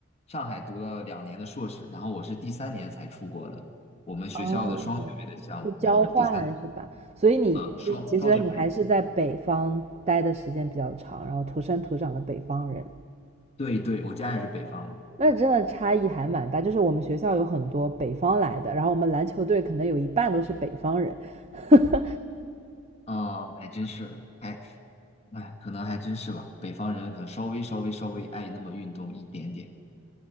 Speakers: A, on the left (about 30°); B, on the right (about 30°).
A: 上海读了两年的硕士，然后我是第三年才出国的，我们学校的双学位的项目，
B: 哦，就交
A: 然后我第三年
B: <laughs> 换是吧？所以你就是其实你还是在北方待的时间比较长，
A: 呃双双学位，
B: 然后土生土长的北方人，
A: 对对，我家也是北方的，
B: 那真的差异还蛮大。就是我们学校有很多北方来的，然后我们篮球队可能有一半都是北方人。<laughs>
A: 嗯，还真是，哎哎，可能还真是吧，北方人可能稍微稍微稍微爱那么运动一点点。